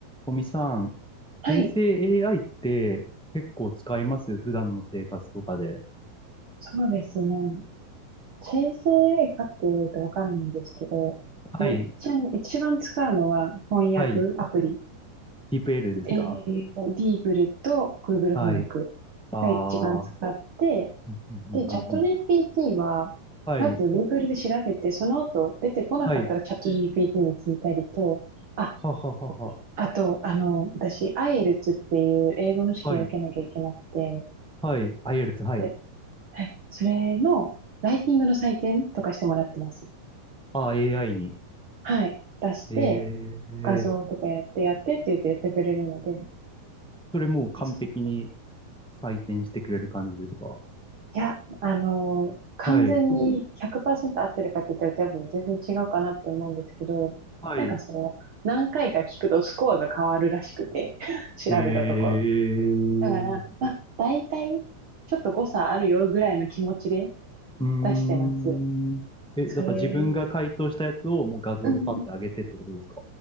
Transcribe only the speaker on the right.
はい、
そうですね。生成 AI かっていうとわかんないんですけど、
もう一番、一番使うのは翻訳アプリ。
えー、ディーブルと Google
翻訳
が一番使って、
で、チャット GPT は、
まず Google で調べて、その後出てこなかったらチャット
GPT に聞いたりと、あ、
あと、あの、私、IELTS っていう英語の試験を受けなきゃいけなくて、
で、はい、それのライティングの採点とかしてもらってます。
はい、出して、
画像とかやってやってって言ってやってくれるので、
そう
いや、あのー完全に100%
合ってるかって言ったら多分全然違うかなって思うんですけど、
なんかその、何回か聞くとスコアが変わるらしくて、<laughs> 調べたところ。
だから、まあ、大体、ちょっと誤差あるよぐらいの気持ちで
出してます。
それ、
うん